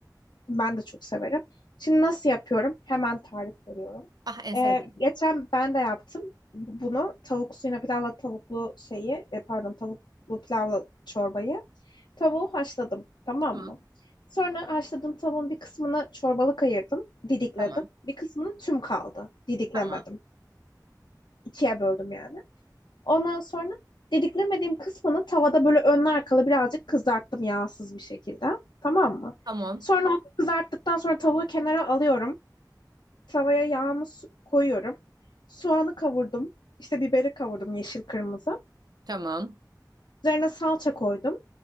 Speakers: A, on the left; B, on the right.
A: Ben de çok severim. Şimdi nasıl yapıyorum? Hemen tarif veriyorum.
B: Ah en sevdiğim.
A: Ee, geçen ben de yaptım bunu. Tavuk suyuna pilavla tavuklu şeyi, e, pardon tavuklu pilavla çorbayı. Tavuğu haşladım, tamam
B: Tamam.
A: mı? Sonra haşladığım tavuğun bir kısmını çorbalık ayırdım, didikledim.
B: Tamam.
A: Bir kısmının tüm kaldı, didiklemedim.
B: Tamam.
A: İkiye böldüm yani. Ondan sonra didiklemediğim kısmını tavada böyle önlü arkalı birazcık kızarttım yağsız bir şekilde. Tamam mı?
B: Tamam.
A: Sonra onu kızarttıktan sonra tavuğu kenara alıyorum. Tavaya yağımı su- koyuyorum. Soğanı kavurdum. İşte biberi kavurdum yeşil kırmızı.
B: Tamam.
A: Üzerine salça koydum.